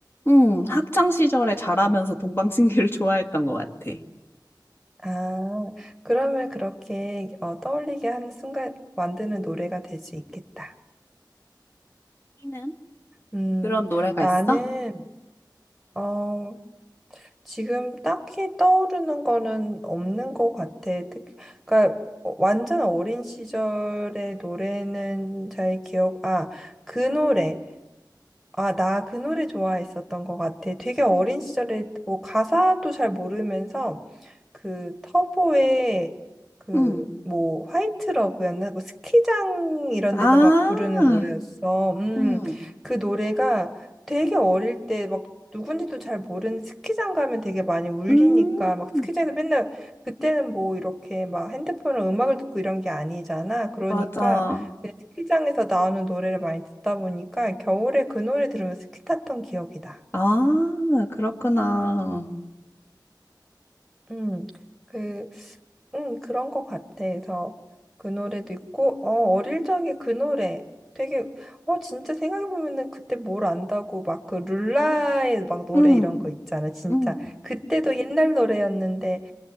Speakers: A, on the left; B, in the centre.
A: 응, 학창 시절에 자라면서 동방신기를 <laughs> 좋아했던 것 같아.
B: 아, 그러면 그렇게 어, 떠올리게 하는 순간 만드는 노래가 될 수 있겠다.
A: 음.
B: 음,
A: 그런 노래가
B: 나는,
A: 있어?
B: 어, 지금 딱히 떠오르는 거는 없는 것 같아. 특, 그러니까 어, 완전 어린 시절의 노래는 잘 기억, 아, 그 노래. 아, 나 그 노래 좋아했었던 것 같아. 되게 어린 시절에 뭐 가사도 잘 모르면서 그 터보의 그
A: 응,
B: 뭐 화이트 러브였나? 뭐 스키장 이런
A: 아,
B: 데서 막 부르는 노래였어. 음,
A: 응,
B: 그 노래가 되게 어릴 때 막 누군지도 잘 모르는 스키장 가면 되게 많이 울리니까
A: 음,
B: 막 스키장에서 맨날 그때는 뭐 이렇게 막 핸드폰으로 음악을 듣고 이런 게 아니잖아. 그러니까
A: 맞아.
B: 네, 스키장에서 나오는 노래를 많이 듣다 보니까 겨울에 그 노래 들으면서 스키 탔던 기억이다.
A: 아, 그렇구나.
B: 음, 그, 음, 그런 것 같아. 그래서 그 노래도 있고, 어, 어릴 적에 그 노래 되게, 어, 진짜 생각해보면은 그때 뭘 안다고 막 그 룰라의 막 노래
A: 응,
B: 이런 거 있잖아. 진짜.
A: 응,
B: 그때도 옛날 노래였는데,